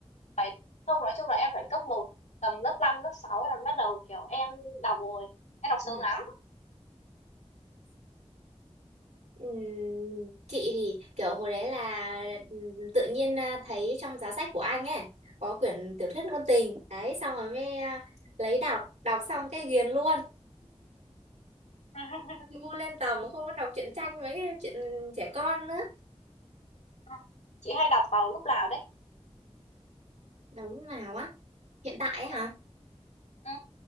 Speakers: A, on the left; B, on the right.
A: phải không nói chung là em phải cấp một tầm lớp 5 lớp 6 là bắt đầu kiểu em đọc rồi em đọc sớm
B: ừ
A: lắm
B: Ừm, chị thì kiểu hồi đấy là ừ, tự nhiên à, thấy trong giá sách của anh ấy có quyển tiểu thuyết ngôn tình đấy xong rồi mới à, lấy đọc đọc xong cái ghiền luôn
A: <laughs>
B: ngu lên tầm không có đọc truyện tranh mấy cái chuyện trẻ con nữa
A: Ừ. chị hay đọc vào lúc nào đấy
B: đọc lúc nào á hiện tại á
A: ừ. Ừ.